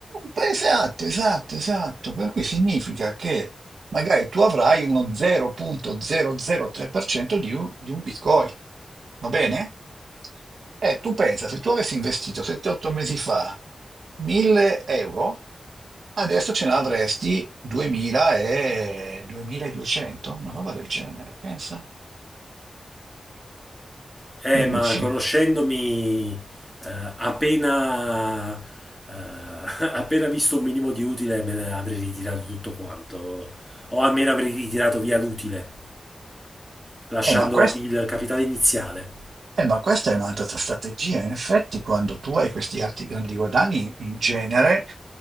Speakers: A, on the right; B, in the centre.
A: Beh, Esatto, esatto, esatto. Per cui significa che magari tu avrai uno 0.003% di un, di un Bitcoin. Va bene? E tu pensa, se tu avessi investito 7-8 mesi fa 1000 euro, adesso ce ne avresti 2000 e 2200, una roba del genere, pensa.
B: Eh,
A: Che dici?
B: ma conoscendomi, eh, appena, eh, <laughs> appena visto un minimo di utile me ne avrei ritirato tutto quanto, o almeno avrei ritirato via l'utile. lasciando
A: Eh, ma questo.
B: il capitale iniziale.
A: Eh, ma questa è un'altra tua strategia. In effetti, quando tu hai questi alti grandi guadagni, in genere